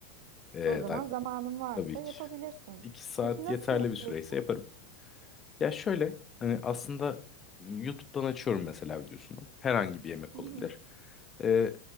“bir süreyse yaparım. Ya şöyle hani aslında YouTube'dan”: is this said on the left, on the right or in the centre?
Left